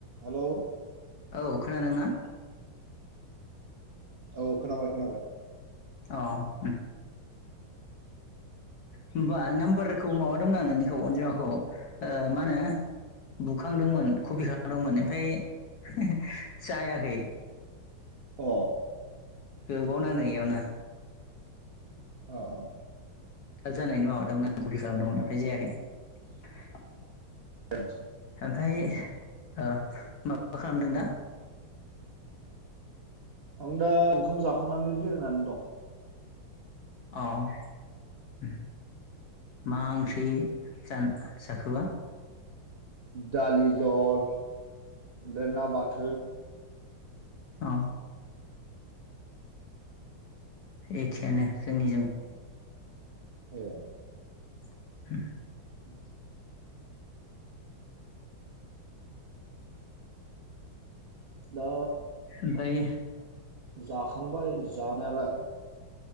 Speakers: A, on the right; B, on the left.
A: हेल'!
B: औ खोनादों ना?
A: औ खोनाबाय खोनाबाय।
B: अ उम। होमबा नाम्बारखौ माबादोंमोन आं नोंनिखौ अनजिमाखौ ओ मा होनो बुखांदोंमोन कपि खालामदोंमोन ओमफ्राय जायाखै।
A: अ
B: गोबाव नांदों एयावनो
A: अ अ।
B: थाब जानायनि माबादोंमोन आ कफि खालामदोंमोन ओमाय जायाखै।
A: <unintelligible>
B: ओमफाय ओ माबा खालामदों दा?
A: आं दा ओंखाम जाखांनानै बेरायनानै दं।
B: अ ओम। मा ओंख्रि जा-जाखोबा?
A: दालि जल ओमफ्राय ना बाथोन।
B: अ एखेआनो जोंनिजों।
A: ए
B: <unintelligible>
A: <inaudible> दा
B: ओमफाय
A: जाखांबाय जानायालाय